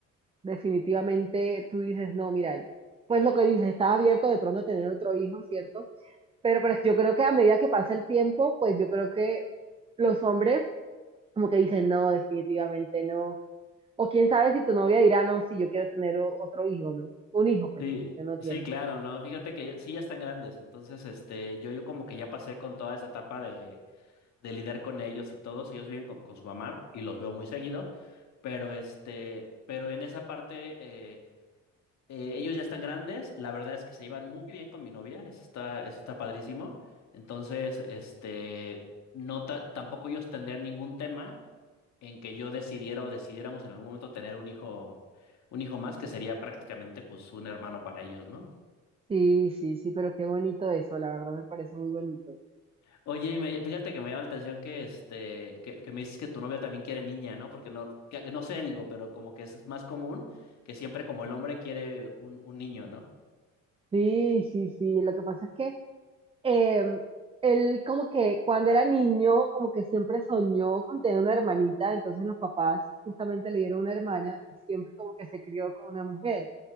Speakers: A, on the right (about 20°); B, on the left (about 60°).
A: definitivamente tú dices, no, mira, pues lo que dices, estás abierto de pronto a tener otro hijo, ¿cierto? Pero, pero yo creo que a medida que pasa el tiempo, pues yo creo que los hombres como que dicen, no, definitivamente no. O quién sabe si tu novia dirá, no, si yo quiero tener o- otro hijo, ¿no? Un hijo, perdón,
B: Sí,
A: que no tiene.
B: sí, claro, ¿no? Fíjate que ya- sí ya están grandes, entonces este, yo, yo como que ya pasé con toda esa etapa de, de lidiar con ellos y todos, ellos viven con, con su mamá y los veo muy seguido, pero este, pero en esa parte eh, eh, ellos ya están grandes, la verdad es que se iban muy bien con mi novia, eso está, eso está padrísimo, entonces este, no ta- tampoco ellos tendrían ningún tema. en que yo decidiera o decidiéramos en algún momento tener un hijo, un hijo más, que sería prácticamente pues un hermano para ellos, ¿no?
A: Sí, sí, sí, pero qué bonito eso, la verdad me parece muy bonito.
B: Oye, y me- fíjate que me llama la atención que este, que, que me dices que tu novia también quiere niña, ¿no? Porque no, que- que no sé, digo, pero como que es más común que siempre como el hombre quiere un, un niño, ¿no?
A: Sí, sí, sí, lo que pasa es que eh, él como que cuando era niño, como que siempre soñó con tener una hermanita, entonces los papás justamente le dieron una hermana y siempre como que se crió con una mujer.